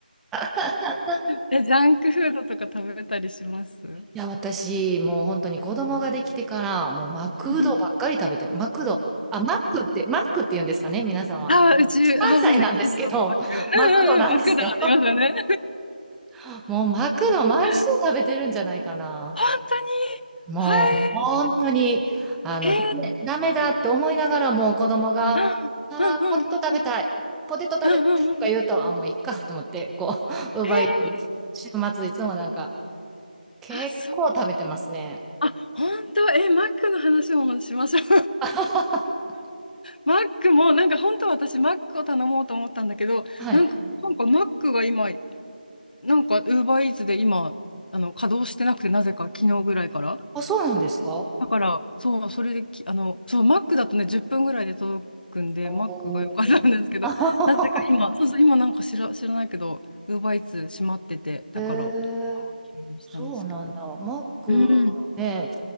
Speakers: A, in the centre; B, on the left.
A: <laughs>
B: え、ジャンクフードとか食べたりしますう
A: いや、私、もう本当に子供ができてから、もうマクドばっかり食べて、
B: ん
A: マクド。あ、マックって、マックって言うんですかね、皆さんは。
B: あー、うち、
A: 関西なんですけど、
B: あー、そうですね、関東マク。うんうんうん、
A: マクドなんですよ。
B: マクドありますよね。
A: <laughs> もうマクド毎週食べてるんじゃないかな。
B: <laughs> 本当に
A: もう本当に、
B: はい
A: あの、
B: へえ。
A: ダメ、ダメだって思いながらも子供が、
B: うんうんうん
A: あーポテト食べたい、ポテト食べたいとか言うと、
B: うんうんうんうんうん。
A: あ、もういっかと思って、こう、<laughs> 奪い、
B: へえ。
A: 週末いつもなんか、結構食べてますね。
B: あ、そう。あ、本当、え、マックの話もしましょう。<laughs>
A: <laughs>
B: マックも、なんか本当は私、マックを頼もうと思ったんだけど、
A: はい。
B: なんか、なんかマックが今、なんか、ウーバーイーツで今、あの、稼働してなくて、なぜか昨日ぐらいから。
A: あ、そうなんですか
B: だから、そう、それでき、あの、そう、マックだとね、10分ぐらいで届くんで、
A: おー
B: マックが良かったんですけど、
A: <laughs>
B: なぜか今、そうそう、今なんか知ら、知らないけど、ウーバーイーツ閉まってて、だから、
A: えー
B: したんですけど。
A: そうなんだ。マック
B: うん。
A: ね、